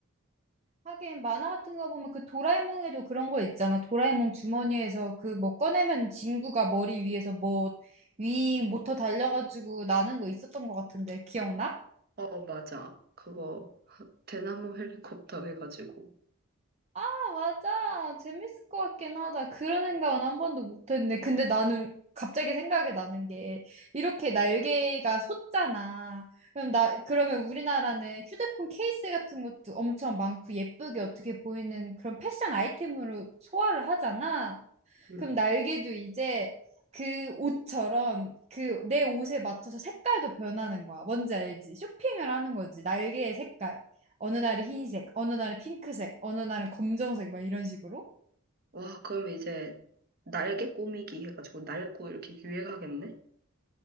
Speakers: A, on the right; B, on the right.
A: 하긴 만화 같은 거 보면 그 도라에몽에도 그런 거 있잖아. 도라에몽 주머니에서 그 뭐 꺼내면 진구가 머리 위에서 뭐 윙 모터 달려가지고 나는 거 있었던 것 같은데 기억나?
B: 어, 맞아. 그거 <laughs> 대나무 헬리콥터 해가지고.
A: 아 맞아. 재밌을 것 같긴 하다. 그런 생각은 한 번도 못했네 근데 나는 갑자기 생각이 나는 게 이렇게 날개가 솟잖아. 그럼 나 그러면 우리나라는 휴대폰 케이스 같은 것도 엄청 많고 예쁘게 어떻게 보이는 그런 패션 아이템으로 소화를 하잖아.
B: 음.
A: 그럼 날개도 이제 그 옷처럼 그 내 옷에 맞춰서 색깔도 변하는 거야. 뭔지 알지? 쇼핑을 하는 거지. 날개의 색깔. 어느 날은 흰색, 어느 날은 핑크색, 어느 날은 검정색 막 이런 식으로.
B: 와, 그럼 이제 날개 꾸미기 해가지고 날고 이렇게 유행하겠네?